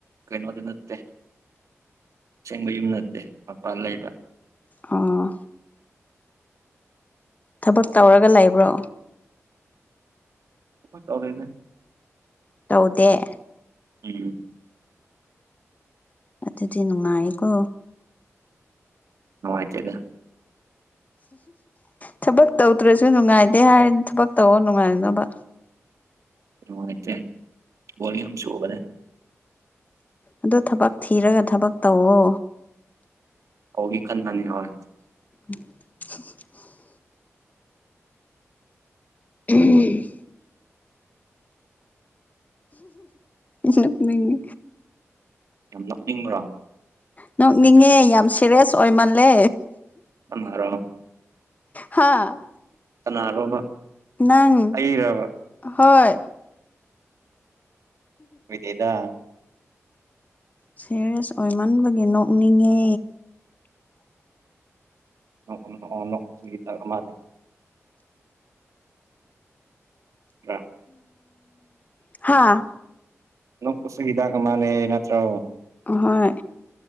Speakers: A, on the right (about 85°); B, on the left (about 30°).
A: ꯀꯩꯅꯣꯗꯤ ꯅꯠꯇꯦ ꯑꯁꯦꯡꯕ ꯌꯨꯝ ꯅꯠꯇꯦ ꯃꯄꯥꯟ ꯂꯩꯕ
B: ꯑꯥ ꯊꯕꯛ ꯇꯧꯔꯒ ꯂꯩꯕ꯭ꯔꯣ
A: ꯊꯕꯛ ꯇꯧꯗꯦꯗ
B: ꯇꯧꯗꯦ
A: ꯎꯝ
B: ꯑꯗꯨꯗꯤ ꯅꯨꯡꯉꯥꯏꯀꯣ
A: ꯅꯨꯡꯉꯥꯏꯇꯦꯗ
B: ꯊꯕꯛ ꯇꯧꯗ꯭ꯔꯁꯨ ꯅꯨꯡꯉꯥꯏꯇꯦ ꯍꯥꯏꯔ ꯊꯕꯛ ꯇꯧꯑꯣ ꯅꯨꯡꯉꯥꯏꯅꯕ
A: ꯅꯨꯡꯉꯥꯏꯇꯦ ꯕꯣꯔꯤꯡ ꯌꯥꯝ ꯆꯨꯕꯅꯦ
B: ꯑꯗꯣ ꯊꯕꯛ ꯊꯤꯔꯒ ꯊꯕꯛ ꯇꯧꯋꯣ
A: ꯇꯧꯒꯦ ꯈꯟꯕꯅꯦ ꯍꯣꯏ
B: <unintelligible> ꯎꯝ ꯅꯣꯛꯅꯤꯡꯉꯦ
A: ꯌꯥꯝ ꯅꯣꯛꯅꯤꯡꯕ꯭ꯔꯣ
B: ꯅꯣꯛꯅꯤꯡꯉꯦ ꯌꯥꯝ ꯁꯦꯔꯤꯌꯁ ꯑꯣꯏꯃꯜꯂꯦ
A: ꯅꯪꯅꯔꯣ
B: ꯍꯥꯥ
A: ꯀꯅꯥꯔꯣꯕ
B: ꯅꯪ
A: ꯑꯩꯔꯕ
B: ꯍꯣꯏ
A: ꯑꯣꯏꯗꯦꯗ
B: ꯁꯦꯔꯤꯌꯁ ꯑꯣꯏꯃꯟꯕꯒꯤ ꯅꯣꯛꯅꯤꯡꯉꯦ
A: ꯅꯣꯛꯎ ꯅꯣꯛꯑꯣ ꯅꯣꯛ ꯁꯤꯒꯤꯇꯥꯛ ꯑꯃꯅꯦ <unintelligible>
B: ꯍꯥꯥ
A: ꯅꯣꯛꯄꯁꯨ ꯍꯤꯗꯥꯛ ꯑꯃꯅꯦ ꯅꯠꯇ꯭ꯔꯣ
B: ꯑꯍꯣꯏ